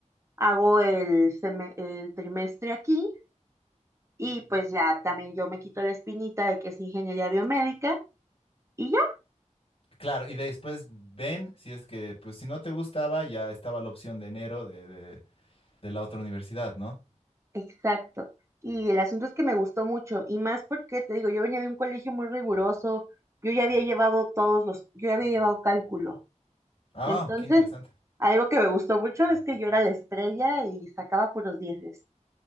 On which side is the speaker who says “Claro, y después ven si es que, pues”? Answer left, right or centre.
Left